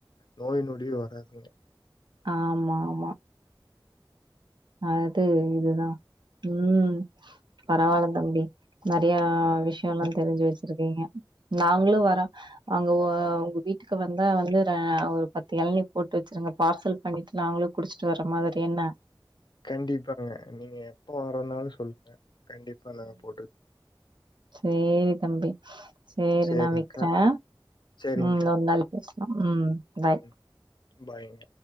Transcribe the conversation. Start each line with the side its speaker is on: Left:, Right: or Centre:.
Left: நோய் நொடி வராதுங்க
Right: ஆமா ஆமா அது இதுதான் ம் பரவால்ல தம்பி நெறைய விஷயம் எல்லாம் தெரிஞ்சு வச்சிருக்கீங்க. நாங்களும்
Left: ஆமா.
Right: வரோ அங்க உங்க வீட்டுக்கு வந்தா வந்து ஒரு பத்து இளநீ போட்டு வச்சிருங்க பார்சல் பண்ணிட்டு நாங்களும் குடிச்சிட்டு வர்ற மாரி என்ன
Left: கண்டிப்பாங்க நீங்க எப்ப வரனாலும் சொல்லுங்க. கண்டிப்பா நாங்க போட்டு
Right: சேரி தம்பி சேரி
Left: சரிங்க்கா
Right: நான் வக்கிறேன்
Left: சரிங்க்கா.
Right: ம் இன்னொருநாள் பேசலாம் ம் பாய்
Left: ம். பாய்ங்க